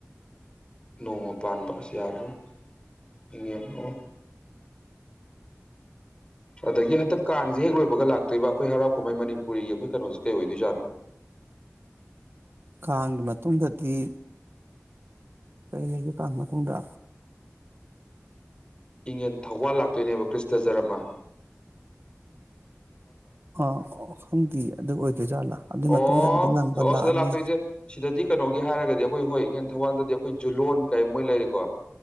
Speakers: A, on the left (about 20°); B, on the right (about 50°).
A: ꯅꯣꯡꯃ ꯄꯥꯟꯕ ꯑꯁꯤ ꯌꯥꯔꯔꯣꯏ ꯌꯦꯉꯟꯑꯣ ꯑꯗꯒꯤ ꯍꯟꯗꯛ ꯀꯥꯡꯁꯦ ꯍꯦꯛ ꯂꯣꯏꯕꯒ ꯂꯥꯛꯇꯣꯏꯕ ꯑꯩꯈꯣꯏ ꯍꯔꯥꯎ ꯀꯨꯝꯍꯩ ꯃꯅꯤꯄꯨꯔꯤꯒꯤ ꯑꯩꯈꯣꯏ ꯀꯩꯅꯣꯁꯦ ꯀꯩ ꯑꯣꯏꯗꯣꯏꯖꯥꯠꯅꯣ
B: ꯀꯥꯡꯒꯤ ꯃꯇꯨꯡꯗꯗꯤ ꯀꯔꯤ ꯂꯩꯒꯦ ꯀꯥ ꯃꯇꯨꯡꯗ
A: ꯏꯪꯟ ꯊꯧꯋꯥꯜ ꯂꯥꯛ ꯇꯣꯏꯅꯦꯕ ꯀ꯭ꯔꯤꯁꯇ ꯖꯔꯃꯥ
B: ꯑꯥ ꯈꯪꯗꯦ ꯑꯗꯨ ꯑꯣꯏꯗꯣꯏꯖꯥꯠꯂꯥ ꯑꯗꯨꯏ
A: ꯑꯣ
B: ꯃꯇꯨꯡꯗꯒꯤꯗꯤ ꯂꯪꯕ
A: ꯑꯣ
B: ꯂꯥꯛꯑꯅꯤ
A: ꯁꯤꯗ ꯂꯥꯛꯇꯣꯏꯁꯦ ꯁꯤꯗꯗꯤ ꯀꯩꯅꯣꯒꯤ ꯍꯥꯏꯔꯒꯗꯤ ꯑꯩꯈꯣꯏ ꯍꯣꯏ ꯏꯟ ꯊꯧꯕꯥꯜꯗꯗꯤ ꯑꯩꯈꯣꯏ ꯖꯨꯂꯣꯟ ꯀꯩ ꯃꯣꯏ ꯂꯩꯔꯦꯀꯣ